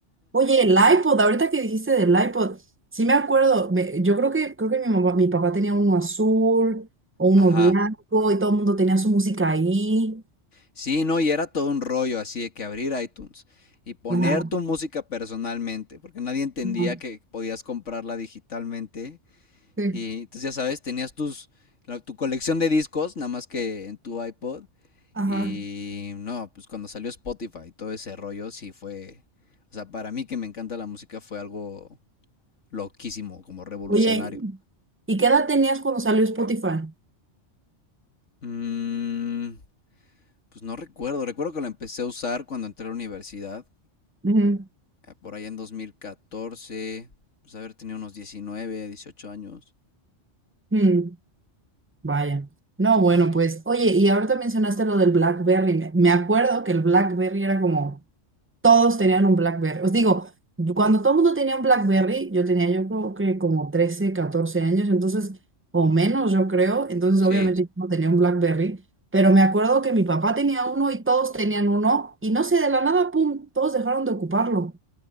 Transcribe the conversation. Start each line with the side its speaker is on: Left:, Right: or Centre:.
Right: Oye, el iPod, ahorita que dijiste del iPod, sí me acuerdo, me- yo creo que, creo que mi mamá- mi papá tenía uno azul o uno
Left: Ajá.
Right: blanco y todo el mundo tenía su música ahí.
Left: Sí, no, y era todo un rollo así de que abrir iTunes y poner
Right: Ajá,
Left: tu música personalmente, porque nadie entendía
Right: ajá,
Left: que podías comprarla digitalmente
Right: sí,
Left: Y entonces, ya sabes, tenías tus, la- tu colección de discos, nada más que en tu iPod.
Right: ajá.
Left: Y no, pues cuando salió Spotify y todo ese rollo, sí fue. O sea, para mí que me encanta la música fue algo loquísimo, como revolucionario.
Right: Oye, ¿y qué edad tenías cuando salió Spotify?
Left: Mm, pues no recuerdo. Recuerdo que lo empecé a usar cuando entré a la universidad,
Right: Ujú,
Left: eh, por allá en dos mil catorce Pues haber tenido unos 19 18 años.
Right: mm, vaya. No,
Left: Sí,
Right: bueno,
Left: sí, sí.
Right: pues, oye, y ahorita mencionaste lo del BlackBerry. Me, me acuerdo que el BlackBerry era como, todos tenían un BlackBerry. Os digo, yo- cuando todo el mundo tenía un BlackBerry, yo tenía yo creo que como 13, 14 años, entonces, o menos yo creo, entonces
Left: Sí,
Right: obviamente yo no tenía un BlackBerry, pero me acuerdo que mi papá tenía uno y todos tenían uno, y no sé, de la nada, pum, todos dejaron de ocuparlo.